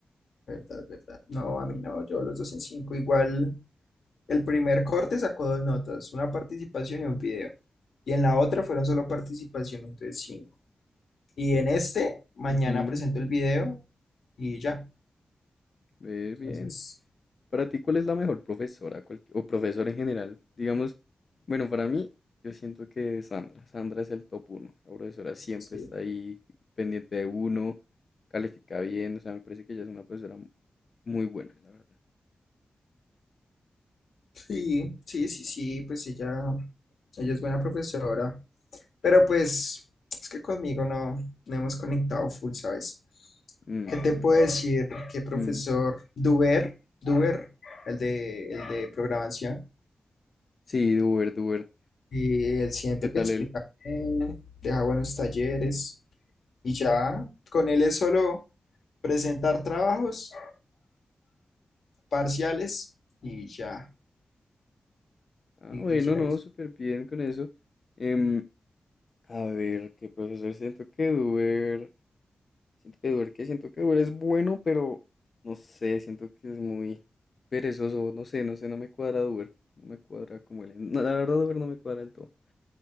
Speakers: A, on the left; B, on the left.
A: verdad, verdad. No, a mí no, yo los dos en 5 igual. El primer corte sacó dos notas, una participación y un video. Y en la otra fueron solo participación, entonces cinco. Y en este, mañana
B: Ujú,
A: presento el video y ya.
B: ve bien.
A: Entonces,
B: Para ti, ¿cuál es la mejor profesora Cual- o profesora en general? Digamos, bueno, para mí, yo siento que Sandra. Sandra es el top uno. La profesora siempre
A: sí,
B: está ahí pendiente de uno, califica bien. O sea, me parece que ella es una profesora mu- muy buena, la verdad.
A: sí, sí, sí, sí, pues ella, ella es buena profesora. Pero pues, es que conmigo no, no hemos conectado full, ¿sabes?
B: Mm,
A: ¿Qué te puedo decir? Que profesor
B: mm.
A: Duber, Duber, el de, el de programación.
B: Sí, Duber, Duber.
A: Y él siento
B: ¿Qué tal
A: que explica
B: él?
A: bien, deja buenos talleres y ya con él es solo presentar trabajos parciales y ya,
B: Ah,
A: y
B: bueno,
A: ya.
B: no,
A: y-
B: súper bien con eso. Em, a ver, ¿qué profesor siento que Duber? Siento que Uber, que siento que Uber es bueno, pero no sé, siento que es muy perezoso, no sé, no sé, no me cuadra Uber, no me cuadra como él. No, la verdad Uber no me cuadra del todo.